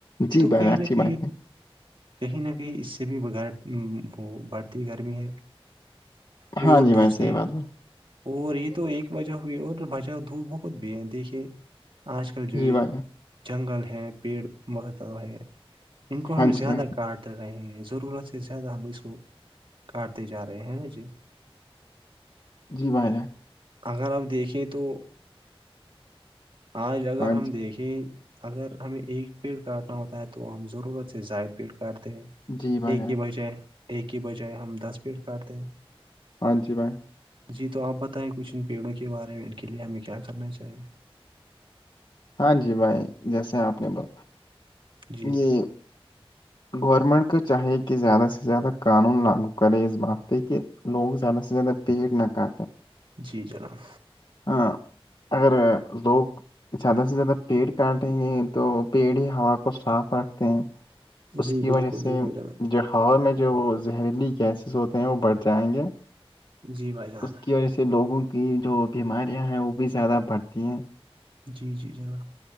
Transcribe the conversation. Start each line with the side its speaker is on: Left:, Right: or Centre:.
Left: جی
Right: تو
Left: بھائی
Right: کہیں
Left: جان اچھی
Right: نہ کہ
Left: بات ہے
Right: کہیں نہ کہیں اس سے بھی بیر بڑھتی گرمی ہے اور
Left: ہاں جی
Right: دوسری
Left: بھائی صحیح بات بھائی
Right: اور یہ تو ایک مجہ ہوئی اور بجا دھوپ بہت بھی ہے دیکھیے آج کل جو یہ
Left: جی بھائی جان
Right: جنگل ہے پیڑ بہت ہے ان کو
Left: ہاں
Right: ہم
Left: جی
Right: زیادہ
Left: بھائی
Right: کاٹ رہیں ضرورت سے زیادہ ہم اس کو کاٹتے جا رہے ہیں نا جی <inaudible>
Left: جی بھائی ج
Right: اگر آپ دیکھیں تو آج اگر
Left: ہاں
Right: ہم
Left: جی
Right: دیکھیں اگر ہمیں ایک پیڑ کاٹنا ہوتا ہے تو ہم ضرورت سے زائد پیڑ کاٹتے ہیں
Left: جی بھائی
Right: ایک
Left: جان
Right: ہی بجائے ایک ہی بجائے ہم دس پیڑ کاٹتے ہیں
Left: ہاں جی میںائ
Right: جی تو آپ بتائیں کچھ ان پیڑوں کے بارے میں ان کے لیے ہمیں کیا کرنا چاہییں
Left: ہاں جی بھائی جیسے آپ نے ب
Right: جی
Left: یہ گورنمنٹ کو چاہیے کہ زیادہ سے زیادہ قانون لاگو کرے اس بات پہ کہ لوگ زیادہ سے زیادہ پیٹ نہ کٹ
Right: جی جناب
Left: ہاں اگر زگ زیادہ سے زیادہ پیڑ کاٹیں گے تو پیڑ ہی ہوا کو صاف رکھتے ہیں اس
Right: جی
Left: کی وجہ
Right: بالکل
Left: سے
Right: بالکل جناب
Left: جو ہوا میں جو وہ زہریلی گیسز ہوتے ہیں وہ بڑھ جائیں گے
Right: جی بھائی جان
Left: اس کی وجہ سے لوگوں کی جو بیماریاں ہیں وہ بھی زیادہ بڑھتی ہیں
Right: جی جی جناب